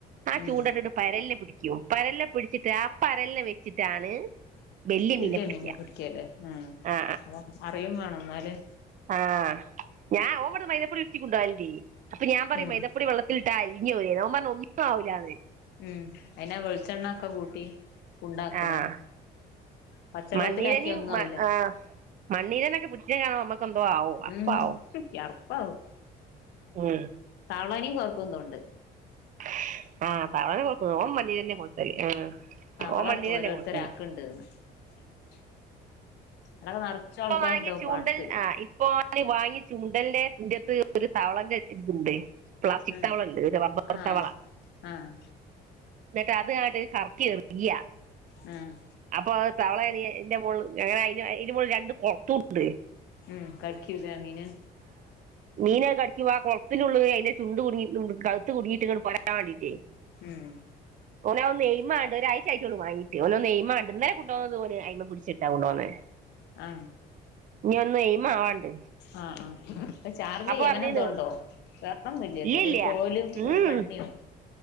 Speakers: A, on the right; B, on the left.
A: ആ
B: ഉം
A: ചൂണ്ടട്ട്ട്ട് പരലിനെ പിടിക്കൂ പരലിനെ പിടിചിട്ട് അ പരലിനെ വെച്ചിട്ടാണ് വലിയ
B: വെല്ല്യ
A: പിടിക്കുക
B: മീനെ പിടിക്കല്ലേ മം
A: ആ
B: അ അറിയും വേണം ഇന്നാലെ
A: ആഹ് ഞാൻ ഓവാട്ന്ന് മൈതപ്പൊടി ഉർട്ടി കൊണ്ടവലിണ്ട് അപ്പൊ ഞാൻ പറയും
B: ഉം
A: മൈതപ്പൊടി വെള്ളത്തിലിട്ടാ അളിഞ്ഞ <unintelligible> ഓൻ പറഞ്ഞു ഒട്ടും ആവൂലാന്ന്.
B: മം അയിനാ വെളിച്ചെണ്ണോക്കെ കൂട്ടി ഉണ്ടാക്കണ്
A: ആഹ്
B: പച്ചവെള്ളത്തിലാക്കിയ
A: മണ്ണിരനിം
B: ഒന്നും
A: മ
B: ആവൂല
A: ആ മണ്ണീരനൊക്കെ പിടിച്ച അമ്മക്കെന്തോ ആവോ അപ്പ
B: ഉം
A: ആവും.
B: യർപ്പാവും
A: മം
B: അവളനിം കൊർക്കും തോണ്ട്
A: <inaudible> ആ തവളെന്നെ കോകുല്ല ഓൻ മ ണ്ണീരന്നെ കൊടുത്തല് ആ
B: തവള
A: ഓൻ മ്മണ്ണീരന്നെ
B: ഓരോരുത്തരാക്ക്ണ്ട്ന്ന്
A: കൊടുത്തല്
B: <inaudible> അതൊക്കെ നറച്ചും
A: ഇപ്പൊ
B: ആൾക്കാരുണ്ടാവും
A: വാങ്ങിയ ചൂണ്ടൽ
B: പാടത്ത്
A: ആ ഇപ്പോ <unintelligible> വാങ്ങി ചുണ്ടൽന്റെ ഇന്റെടുത്ത് ഒരു തവളന്റെറെ ഇതുണ്ട് പ്ലാസ്റ്റിക്
B: ഉം
A: തവളണ്ട് <unintelligible> റബ്ബർ
B: ആഹ്
A: തവള
B: ആഹ്
A: ന്നട്ട് അതട് കറക്കി എരിയ്യ
B: മം
A: അപ്പൊ അ തവളയണണെ മോൾ അങ്ങന ഇതിന് മോൾ രണ്ട് കൊള ത്തുണ്ട്
B: മം കടക്കിതാ മീന്
A: മീനൊക്ക കടിക്ക്വാ കുളത്തിലുള്ളത് അതിന്റെ ചുണ്ട് കുട്ങ്ങീട്ടും കവുത് കുട് ങ്ങീട്ടും അഹ് പോരാൻ വേണ്ടിട്ടേ
B: മം
A: ഓനാവൊന്ന് എയ്യ്മട്ടെ ഒഴ്ച ആയട്ടോള്ളൂ വാങ്ങീട്ട് ഓനൊന്ന് എയ് മാവട്ടെ ഇന്നലെ കൊണ്ടോന്നത് പോഓ അ്യ്മ പിടിച്ചിട്ടാ കൊണ്ട പോന്നേ
B: ആ
A: ഇനീയൊന്ന് എയ്മാവാണ്ട്
B: ആഹ് ആ അപ്പൊ ചാർജ് ചെയ്യ് അങ്ങനെ
A: പറഞ്ഞിരുന്നു
B: എന്തോണ്ടോ വെറൊന്നുല്ലല്ലോ
A: ഇല്ല ഇല്ല
B: ഒരു കോലും
A: ഉം
B: ഒരു കണ്ണിയും